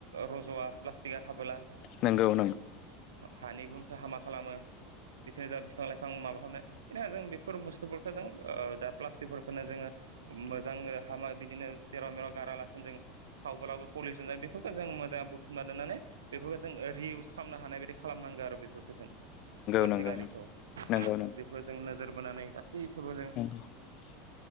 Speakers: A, on the right; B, on the left.
A: रजवा प्लाष्टिका थाबोला
B: नंगौ नंगौ
A: हानि गुनखौ हामा खालामो बिफोरनो जा बिफां लाइफां बिफां माबा खालामनो बेनि जों बेफोर बुस्थुफोरखौ जों दा प्लास्टिकफोरखौनो जोङो मोजां हामा बिदिनो जेराव मेराव गारालासिनो जों सावब्लाबो पलिउसन जायो बेफोरखौ जों मोजाङै बुथुमना दोन्नानै बेफोरखौ जों रि इउस खालामनो हानाय बे खालामनांगौ आरो बेफोरखौ जों प्लास्टिक
B: नंगौ
A: आरिखौ
B: नंगौ
A: बेफोर जों नोजोर बोनानै गासै खोबो जों
B: <inaudible>